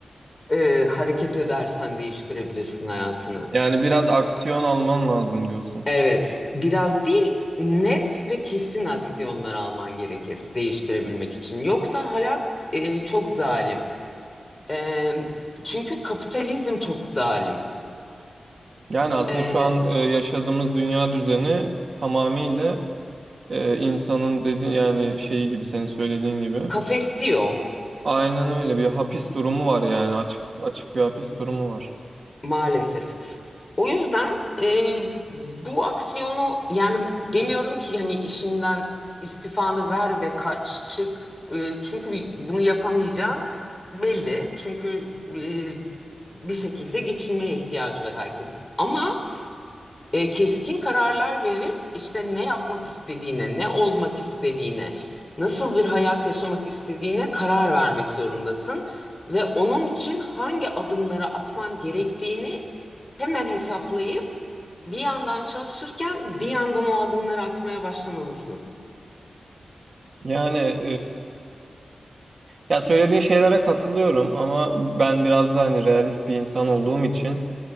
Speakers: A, on the left; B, on the right.
A: Ee, hareket edersen değiştirebilirsin hayatını.
B: Yani biraz aksiyon alman lazım diyorsun.
A: Evet, biraz değil, net ve kesin aksiyonlar alman gerekir değiştirebilmek için. Yoksa hayat e, çok zalim. Ee, çünkü kapitalizm çok zalim.
B: Yani aslında
A: Ee,
B: şu an e, yaşadığımız dünya düzeni tamamıyla e, insanın dedi yani şeyi gibi senin söylediğin gibi.
A: kafesliyor
B: Aynen öyle bir hapis durumu var yani açık açık bir hapis durumu var.
A: maalesef. O yüzden e, bu aksiyonu yani demiyorum ki hani işinden istifanı ver ve kaç çık. E, çünkü bi- bunu yapamayacağın belli. Çünkü e, bir şekilde geçinmeye ihtiyacı var herkesin. Ama e, keskin kararlar verip işte ne yapmak istediğine, ne olmak istediğine, nasıl bir hayat yaşamak istediğine karar vermek zorundasın. Ve onun için hangi adımları atman gerektiğini hemen hesaplayıp bir yandan çalışırken bir yandan o adımları atmaya başlamalısın.
B: Yani Ya söylediğin şeylere katılıyorum ama ben biraz da hani realist bir insan olduğum için